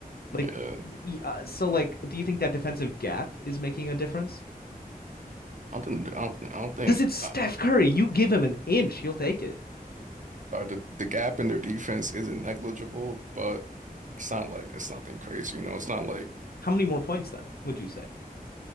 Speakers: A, on the left; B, on the right.
A: like,
B: Yeah.
A: uh, so like, do you think that defensive gap is making a difference?
B: I don't think, I don't, I don't think
A: Because it's Steph
B: uh,
A: Curry. You give him an inch, he'll take it.
B: uh, the, the gap in their defense isn't negligible, but it's not like it's nothing crazy, you know. It's not like
A: How many more points then would you say?